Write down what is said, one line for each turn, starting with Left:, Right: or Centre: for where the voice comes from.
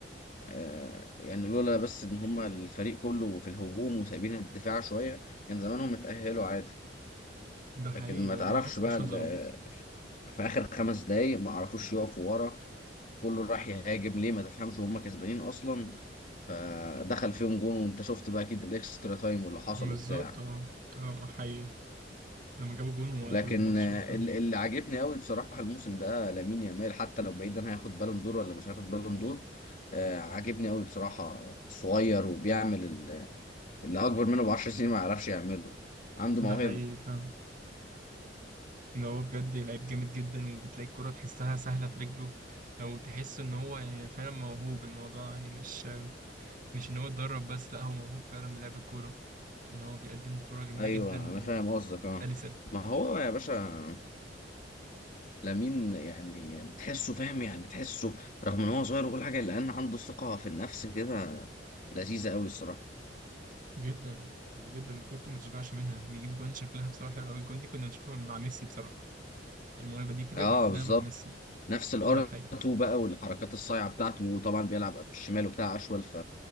Left: آه يعني لولا بس ان هما الفريق كله في الهجوم وسايبين الدفاع شوية كان زمانهم اتأهلوا عادي
Right: ده حقيقي
Left: لكن ما
Right: والله
Left: تعرفش
Right: انا حاسس
Left: بقى
Right: برشلونة
Left: ال-
Right: ظلمت
Left: في اخر خمس دقايق ما عرفوش يقفوا ورا كله راح يهاجم ليه ما تفهمش وهم كسبانين اصلا فدخل فيهم جون وانت شفت بقى اكيد الاكسترا تايم واللي حصل
Right: بالظبط
Left: وبتاع
Right: اه اه حقيقي لما جابوا جون وقت
Left: لكن
Right: الماتش
Left: آه،
Right: وبتاع
Left: ال- اللي عاجبني قوي بصراحه الموسم ده لامين يامال حتى لو بعيدا هياخد بالون دور ولا مش هياخد بالون دور آه، عاجبني قوي بصراحه صغير وبيعمل ال- اللي اكبر منه ب 10 <laughs> سنين ما يعرفش يعمله عنده
Right: ده
Left: موهبه
Right: حقيقي فاهم ان هو بجد لعيب جامد جدا وبتلاقي الكرة تحسها سهلة في رجله لو تحس ان هو يعني فعلا موهوب الموضوع يعني مش مش ان هو اتدرب بس لا هو موهوب فعلا بلعب الكورة ان هو بيقدم كورة جميلة
Left: ايوه
Right: جدا
Left: انا فاهم قصدك اه
Right: وسلسة
Left: ما هو يا باشا لامين يعني بتحسه فاهم يعني تحسه رغم ان هو صغير وكل حاجه الا ان عنده ثقه في النفس كده لذيذه قوي الصراحه
Right: جدا جدا وكورته ما تشبعش منها بيجيب جوان شكلها بصراحه حلو قوي الجوان دي كنا بنشوفها مع ميسي بصراحه الموهبه دي كده
Left: اه
Right: شفناها
Left: بالظبط
Right: مع ميسي
Left: نفس الار
Right: ده حقيقي
Left: 2 بقى والحركات الصايعه بتاعته وطبعا بيلعب بالشمال وبتاع اشول ف...